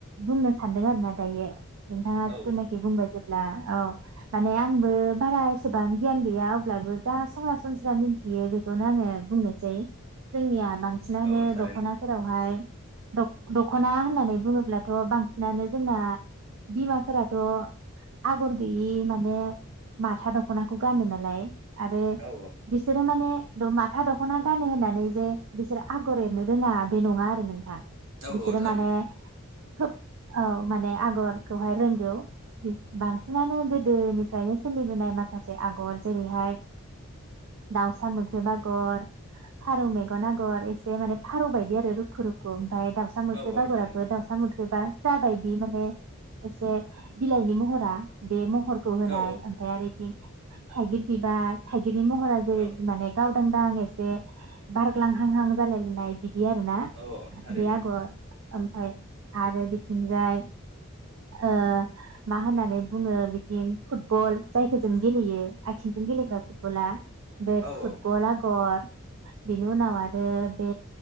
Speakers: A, on the right; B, on the right.
A: बुंनो सानदों आरोना दायो नोंथाङा
B: औ
A: जेथुनाखि बुंबाय जेब्ला औ माने आंबो बारा एसेबां गियान गैया अब्लाबो जा सरासनस्रा मिन्थियो बेखौनो आङो बुंनोसै जोंनिया बांसिनानो
B: औ थारैनो
A: दखनाफोरावहाय दख दखना होननानै बुङोब्लाथ बांसिनानो जोंना बिमाफोराथ आगर गैयि माने माथा दखनाखौ गानो नालाय आरो
B: औ
A: बिसोरो माने द माथा दखना गानो होननानै जे बिसोरो आगर एरनो रोङा बे नङा आरो नोंथां
B: औ
A: बिसोरो
B: औ थारैनो
A: माने खोब औ माने आगरखौहाय रोंगौ बिस बांसिनानो गोदोनिफ्रायनो सोलिबोनाय माखासे आगर जेरैहाय दाउसा मोख्रेब आगर फारौ मेग गन आगर एसे माने फारौ बायदि आरो रुखु रुखु ओमफ्राय दाउसा मोख्रेब
B: औ औ
A: आगराबो
B: थारैनो
A: दाउसा मोख्रबा जाबायद बि माने एसे बिलाइनि महरा बे महरखौ होनाय
B: औ
A: ओमफ्राय आरो इथिं थाइगिर बिबार थाइ <unintelligible> नि महरा जेरै
B: औ
A: माने गाव <unintelligible> एसे बारग्लां हां हां जालायलायनाय बिद बिदि आरो ना
B: औ औ थारैनो
A: बे आगर ओमफाय आरो बिथिंजाय ओ मा होननानै बुङो बिथिं फुटबल जायखौ जों गेलेयो आथिंजों गेलेग्रा फुटबला बे
B: औ
A: फुटबल
B: औ
A: आगर बेनि उनाव आरो बे